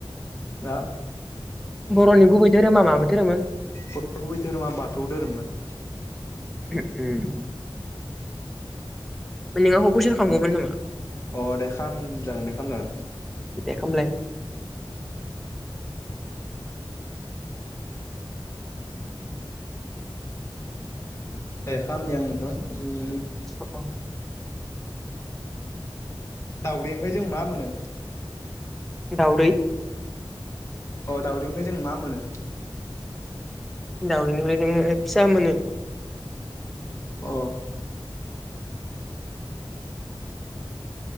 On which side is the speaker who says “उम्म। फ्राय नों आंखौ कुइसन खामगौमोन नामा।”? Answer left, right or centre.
Centre